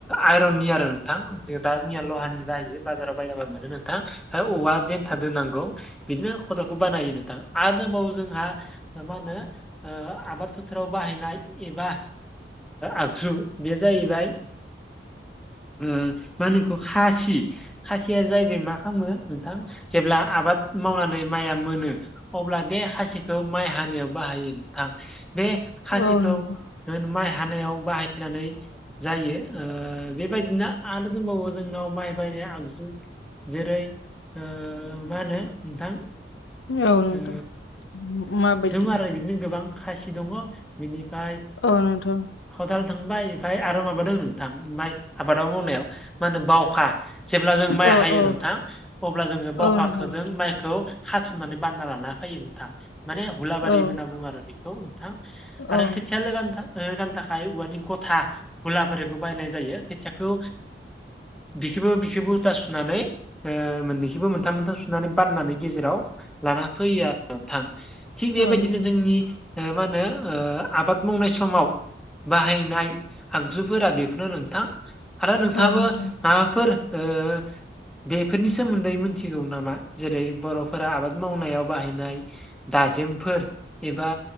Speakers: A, in the centre; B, on the left (about 85°).
A: आइरननि आरो नोंथां। जों दा जोंया लहानि बाहायो बाजाराव बायाबा मोनो नोंथां ओमफ्राय औवा देन्था दोनांगौ बिदिनो खदालखौ बानायो नोंथां आरो दंबावो जोंहा मा होनो आबाद फो बाहायनाय एबा आगजु बे जाहैबाय <inaudible> खासि खासिया जाहैबाय मा खालामो नोंथां जेब्ला आबाद मावनानै माइआ मोनो। अब्ला बे खासिखौ माइ हानायाव बाहायो नोंथां बे खासिखौ
B: औ
A: माइ हानायाव बाहायनानै जायो ओ बेबायदिनो दोनबावो जोंनाव माइ बायनाय आगजु जेरै-मा होनो नोंथां।
B: औ नोंथां
A: ओ
B: मा बायदि
A: दङ आरो बिदिनो गोबां खासि दङ बिनिफ्राय
B: औ नोंथां।
A: हटाल थांबाय ओमफफ्राय आरो माबादों नोंथां माइ आबादाव मावनायाव मा होनो बावखा जेब्ला जों माइ
B: औ
A: हायो
B: औ
A: नोंथां। अब्ला जोङो बावखाखो
B: औ नोंथां
A: जों माइखौ हाथुमनानै बानाय लाना फैायो नोंथां माने हुलाबारिबो
B: औ
A: होनना बुङो आरो बेखौ नोंथां आरो
B: औ
A: खोथिया लोगो नोंथां गाननो थाखाय औवानि गथा भुला बोरारिखौ बायनाय जायो खोथियाखौ बिखोबो बिखोबो उल्था सुनानै मोननैखिबो मोनथाम मोनथाम सुनानै बाननानै गेजेराव लाना फैयो आरो औ थां थिग
B: नोंथां
A: बेबायदिनो जोंनि मा होनो आबाद मावनाय समाव बाहायनाय आगजुफोरा बेफोरनो नोंथां आरो नोंथाङाबो
B: औ नोंथां
A: माबाफोर ओ बेफोरनि सोमोन्दै मिथिगौ नामा जेरै बर'फोरा आबाद मावनायाव बाहायनाय दाजेमफोर एबा